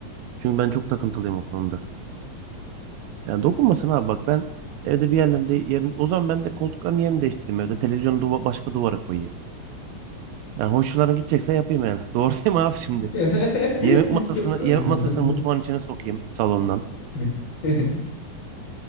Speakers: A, on the right; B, on the left.
A: Çünkü ben çok takıntılıyım o konuda. Yani dokunmasın abi bak ben evde bir yerlerinde yerin o zaman ben de koltukların yerini değiştireyim evde. Televizyonu duva, başka duvara koyayım. Yani hoşçularına gidecekse yapayım yani. <laughs> Doğru değil mi abi şimdi?
B: <laughs>
A: Yemek masasını
B: Çok tanıdım.
A: yemek masasını mutfağın içine sokayım salondan.
B: <laughs>